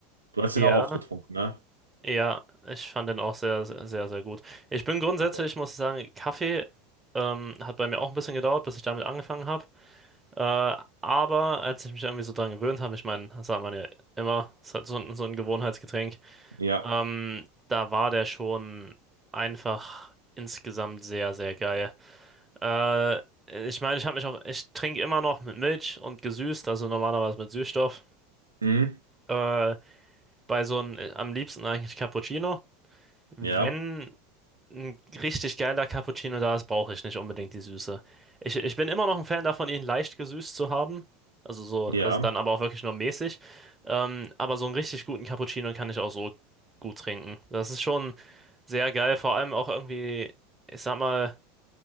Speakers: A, on the right; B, on the right.
A: Du hast
B: ja.
A: den auch oft getrunken, ne?
B: Ja, ich fand den auch sehr, sehr, sehr, sehr gut. Ich bin grundsätzlich,
A: Okay.
B: muss ich sagen, Kaffee ähm, hat bei mir auch ein bisschen gedauert, bis ich damit angefangen habe. Äh, aber als ich mich irgendwie so dran gewöhnt habe, ich meine, das sagt man ja immer, es ist halt so, ein- so ein Gewohnheitsgetränk,
A: Ja.
B: ähm, da war der schon einfach insgesamt sehr, sehr geil. Äh, ich meine, ich habe mich auch, ich trinke immer noch mit Milch und gesüßt, also normalerweise mit Süßstoff.
A: Mhm.
B: Äh, bei so einem, am liebsten eigentlich Cappuccino. Wenn.
A: Ja.
B: Ein richtig geiler Cappuccino da ist, brauche ich nicht unbedingt die Süße. Ich, ich bin immer noch ein Fan davon, ihn leicht gesüßt zu haben. Also so, also
A: Ja.
B: dann aber auch wirklich nur mäßig. Ähm, aber so einen richtig guten Cappuccino kann ich auch so gut trinken. Das ist schon sehr geil. Vor allem auch irgendwie, ich sag mal,